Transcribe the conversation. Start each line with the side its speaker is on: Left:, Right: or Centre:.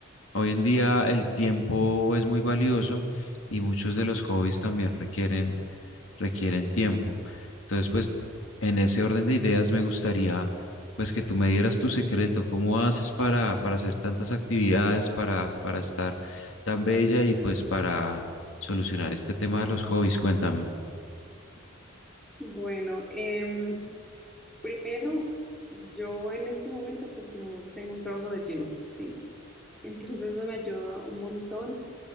Left: Hoy en día el tiempo es muy valioso y muchos de los hobbies también requieren requieren tiempo. Entonces, pues en ese orden de ideas me gustaría pues que tú me dieras tu secreto, cómo haces para, para hacer tantas actividades, para, para estar tan bella y pues para solucionar este tema de los hobbies, cuéntame.
Centre: Bueno, em, primero, yo en este momento pues no tengo un trabajo de lleno, ¿sí? Entonces eso me ayuda un montón